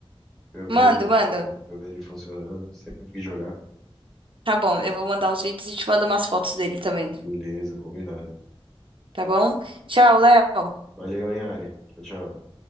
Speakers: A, in the centre; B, on the right.
A: pra eu ver
B: Mando,
A: ele, pra
B: mando.
A: eu ver ele funcionando, sempre que jogar.
B: Tá bom, eu vou mandar uns vídeos e te mando umas fotos dele também.
A: Beleza, combinado.
B: Tá bom? Tchau, Léo.
A: Valeu, hein, Ari. Tchau, tchau.